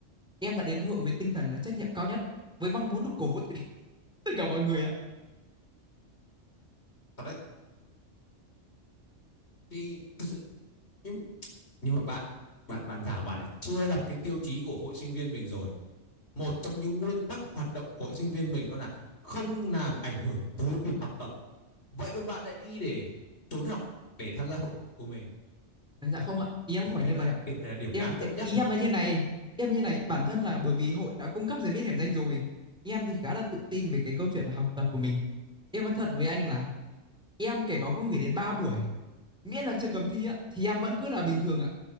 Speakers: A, in the centre; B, on the left.
A: Em đã đến với hội với tinh thần là trách nhiệm cao nhất, với mong muốn được cổ vũ <laughs> tất cả mọi người ạ.
B: Thật đấy. Thì thật sự nhưng nhưng mà bạn bạn bạn vào bạn lại chưa đọc cái tiêu chí của hội sinh viên mình rồi một trong những nguyên tắc hoạt động của hội sinh viên mình đó là không làm ảnh hưởng tới việc học tập vậy mà bạn lại đi để trốn học để tham gia hội của mình
A: À, Dạ không ạ, ý em không
B: tôi
A: phải như
B: thấy là
A: vậy ạ.
B: điểm này là điểm
A: Em
B: đáng cân nhắc
A: ý
B: này
A: em là như này, em như này bản thân là bởi vì hội đã cung cấp giấy miễn điểm danh rồi. Em thì khá là tự tin về cái câu chuyện là học tập của mình. Em nói thật với anh là em kể có cũng gửi đến 3 buổi, miễn là chưa cấm thi á thì em vẫn cứ là bình thường ạ.